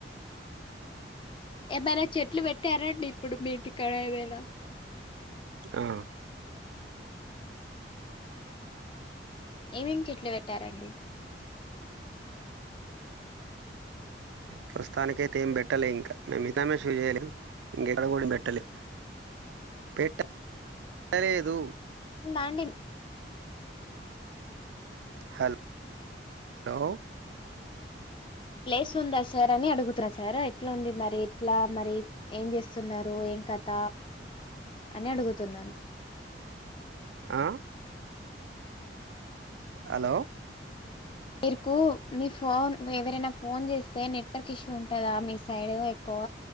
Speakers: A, on the left; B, on the right.
A: ఏమైనా చెట్లు పెట్టారండి ఇప్పుడు మీ ఇంటిక్కడ ఏమైనా
B: ఆ
A: ఏమేమి చెట్లు పెట్టారండి
B: ప్రస్తుతానికయితే ఏం పెట్టలే ఇంకా మేము <unintelligible> షూ చేయలే ఇంకెక్కడ కూ పెట్టలే పెట్ట లేదు
A: దండి
B: హల్ లో
A: ప్లేస్ ఉందా సార్ అని అడుగుతున్నా సార్ ఎట్లుంది మరి ఎట్లా మరి ఏం చేస్తున్నారు ఏం కథ అనడుగుతున్నాను
B: ఆ హలో
A: మీరుకు మీ ఫోన్ ఎవరైనా ఫోన్ చేస్తే నెట్వర్క్ ఇష్యూ ఉంటదా మీ సైడ్ ఎక్కువ